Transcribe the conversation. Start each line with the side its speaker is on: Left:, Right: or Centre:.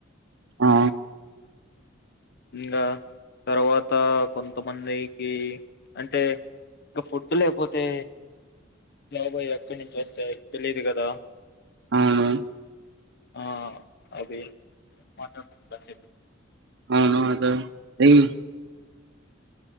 Right: ఆ
Left: ఇంకా తర్వాత కొంతమందికి అంటే ఇంకా ఫుడ్ లేకపోతే జాబా ఎక్కడి నుంచి వస్తాయి తెలిదు కదా
Right: అవును
Left: ఆ అవి మాట్లాడుతుస
Right: <unintelligible>